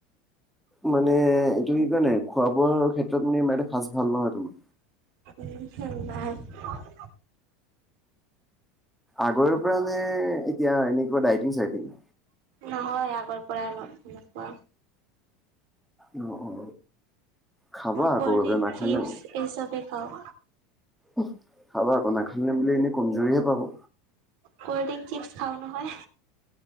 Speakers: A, in the centre; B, on the right.
A: মানে এইটো কি কয় নাই খোৱা - বোৱাৰ ক্ষেত্ৰত মানে ইমান এটা সাচ ভাল নহয় তোমাৰ।
B: উম <unintelligible>
A: আগৰৰ পৰানে এতিয়া এনেকুৱা ডাইটিং- চাইটিং?
B: নহয় আগৰ পৰা ন তেনেকুৱা।
A: অ অ। খাবা
B: মই
A: আকৌ
B: কলডিং,
A: গৈ পেলাই নাখালে
B: চিপছ এই চবেই খাওঁ।
A: উহ, খাব আকৌ নাখালিলে বুলি এনেই কমজৰিহে পাব।
B: কল্ড ড্ৰিংক, চিপছ খাও নহয়।